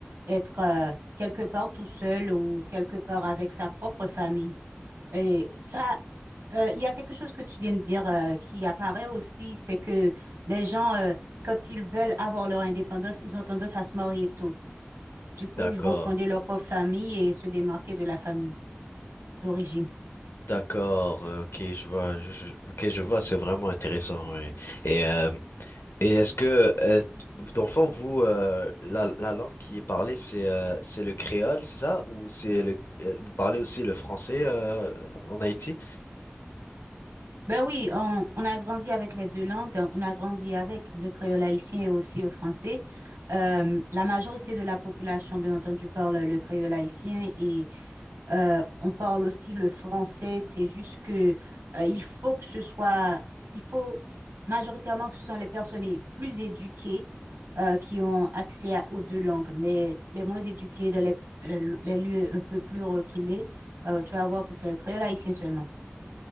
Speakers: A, on the right (about 75°); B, on the left (about 65°).
A: être euh, quelque part tout seul ou quelque part avec sa propre famille. Et ça, euh, il y a quelque chose que tu viens de dire euh, qui apparaît aussi, c'est que les gens, euh, quand ils veulent avoir leur indépendance, ils ont tendance à se marier tôt. Du coup,
B: D'accord,
A: ils vont fonder leur propre famille et se démarquer de la famille d'origine.
B: d'accord, euh, ok, je vois, je, je- ok, je vois, c'est vraiment intéressant. ouais. Et, euh, et est-ce que, euh, d'enfant, vous, euh, la, la langue qui est parlée, c'est euh, c'est le créole, c'est ça? Ou c'est le, euh, vous parlez aussi le français euh, en Haïti?
A: Ben oui, on, on a grandi avec les deux langues, on a grandi avec le créole haïtien et aussi le français. Euh, la majorité de la population, bien entendu, parle le créole haïtien et Euh, on parle aussi le français, c'est juste que euh, il faut que ce soit, il faut majoritairement que ce sont les personnes les plus éduquées euh, qui ont accès à- aux deux langues, mais les moins éduquées dans les, les- les lieux un peu plus reculés, euh, tu vas voir que c'est le créole haïtien seulement.